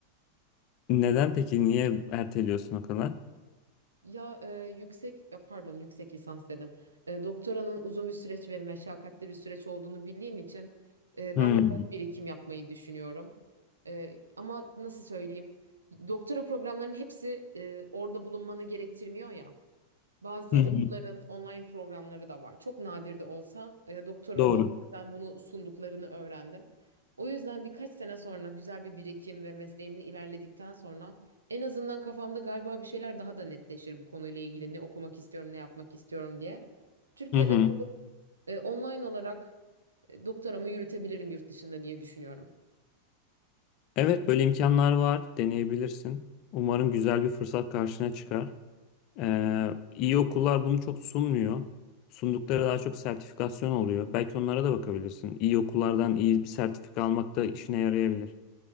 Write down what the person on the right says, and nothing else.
Ya e, yüksek ya pardon yüksek lisans dedim. E, doktoranın uzun bir süreç ve meşakkatli bir süreç olduğunu bildiğim için e,
ben de biraz birikim yapmayı düşünüyorum. E, ama nasıl söyleyeyim? Doktora programlarının hepsi e, orada bulunmanı gerektirmiyor ya. Bazı
okulların online programları da var. Çok nadir de olsa e, doktora
da ben bunu sunduklarını öğrendim. O yüzden birkaç sene sonra güzel bir birikim ve mesleğimde ilerledikten sonra en azından kafamda galiba bir şeyler daha da netleşir bu konuyla ilgili ne okumak istiyorum, ne yapmak istiyorum diye. Türkiye'de
e, online olarak e, doktoramı yürütebilirim yurt dışında diye düşünüyorum.